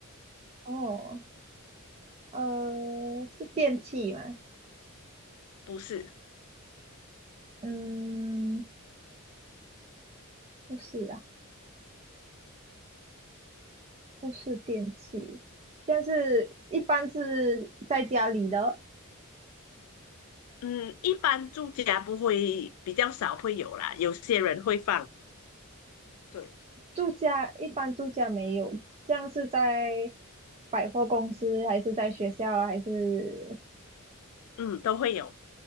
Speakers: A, on the right; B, on the left.
A: 哦，呃，是电器吗？
B: 不是。
A: 嗯，不是啊，不是电器，但是一般是在家里的，
B: 嗯，一般住家不会，比较少会有啦。有些人会放，对，
A: 住家一般住家没有，这样是在百货公司还是在学校还是
B: 嗯，都会有，